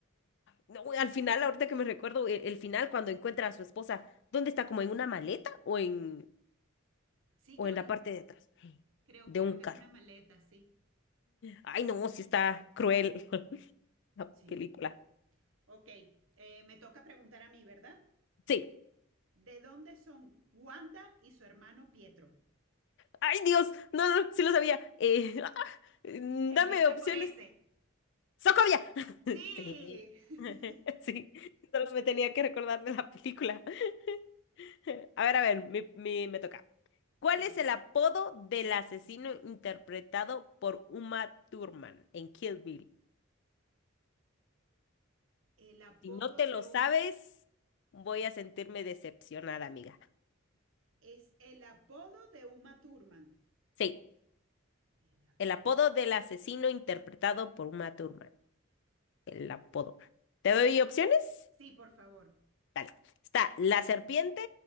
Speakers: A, on the left; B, on the right.
A: No, no, no, al final, ahorita que me recuerdo, el, el final cuando encuentra a su esposa, ¿dónde está? ¿Como en una maleta o en,
B: Sí,
A: o
B: creo
A: en la
B: que es
A: parte de atrás
B: Creo,
A: de
B: creo
A: un
B: que
A: carro?
B: es una maleta, sí.
A: Ay, no, sí está cruel <laughs> la
B: Sí.
A: película.
B: Ok, eh, me toca preguntar a mí, ¿verdad?
A: Sí.
B: ¿De dónde son Wanda y su hermano Pietro?
A: Ay, Dios, no, no, sí lo sabía. Eh, <laughs> ah, mm,
B: Empieza
A: dame opciones.
B: por ese.
A: Socovia. <laughs>
B: Sí.
A: Sí.
B: <laughs>
A: <laughs> Sí, solo me tenía que recordar de la película. <laughs> A ver, a ver, mi- mi- me toca. ¿Cuál
B: Ok.
A: es el apodo del asesino interpretado por Uma Thurman en Kill Bill?
B: El apodo
A: Si no te
B: de
A: lo
B: un...
A: sabes, voy a sentirme decepcionada, amiga.
B: Es el apodo de Uma Thurman.
A: Sí,
B: El apodo...
A: el apodo del asesino interpretado por Uma Thurman. El apodo. ¿Te doy opciones?
B: Sí, por favor.
A: Dale. Está la serpiente,